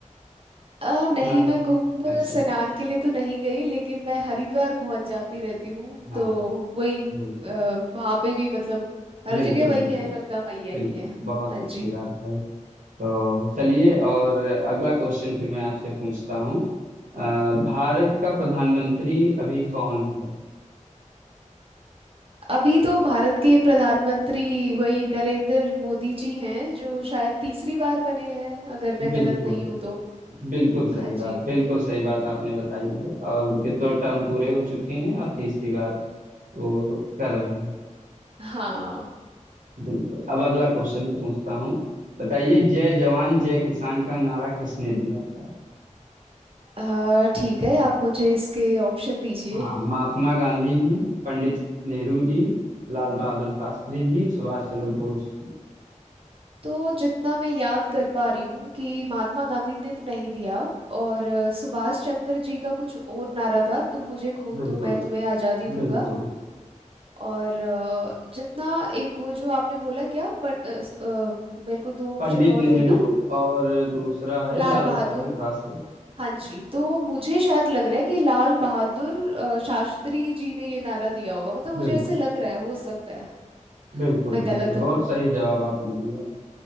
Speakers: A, on the right (about 45°); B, on the right (about 80°).
A: अ, नहीं
B: हाँ
A: मैं कुंभ
B: अच्छा
A: स्नान के लिए तो नहीं गई लेकिन मैं हरिद्वार बहुत जाती रहती हूँ
B: हाँ
A: तो वही अ,
B: बिल्कुल
A: वहाँ पे भी मतलब हर
B: बिल्कुल
A: जगह वही
B: बिल्कुल
A: है गंगा मैया
B: बिल्कुल
A: ही है हाँ
B: बहुत अच्छी
A: जी
B: बात है तो चलिए और अगला क्वेश्चन फिर मैं आपसे पूछता हूँ अ, भारत का प्रधानमंत्री अभी कौन है
A: अभी तो भारत के प्रधानमंत्री वही नरेंद्र मोदी जी हैं जो शायद तीसरी बार बने हैं अगर मैं
B: बिल्कुल
A: गलत नहीं हूँ तो
B: बिल्कुल सही
A: हाँ जी
B: बात बिल्कुल सही बात आपने बताई है और उनके दो टर्म पूरे हो चुके हैं और तीसरी बार वो कर रहे हैं
A: हाँ
B: बिल्कुल अब अगला क्वेश्चन मैं पूछता हूँ बताइए जय जवान जय किसान का नारा किसने दिया था
A: अ, ठीक है आप मुझे इसके ऑप्शन दीजिए
B: हाँ महात्मा गांधी जी पंडित नेहरू जी लाल बहादुर शास्त्री जी सुभाष चंद्र बोस जी
A: तो जितना मैं याद कर पा रही हूँ कि महात्मा गांधी ने तो नहीं दिया और अ, सुभाष चंद्र जी का कुछ और नारा था तुम मुझे खून
B: बिल्कुल
A: दो मैं तुम्हें आज़ादी दूंगा
B: बिल्कुल
A: और अ, जितना एक वो जो आपने बोला क्या पर, अ, स- अ, मेरे को दो ऑप्शन
B: पंडित
A: और
B: नेहरू
A: देना
B: और दूसरा है
A: लाल
B: लाल
A: बहादुर
B: बहादुर शास्त्री
A: हाँ जी तो मुझे शायद लग रहा है कि लाल बहादुर अ, शास्त्री जी ने ये नारा दिया होगा मतलब मुझे
B: बिल्कुल
A: ऐसे लग रहा है हो सकता है
B: बिल्कुल
A: मैं
B: बिल्कुल
A: गलत हूँ
B: बहुत सही जवाब आपने दिया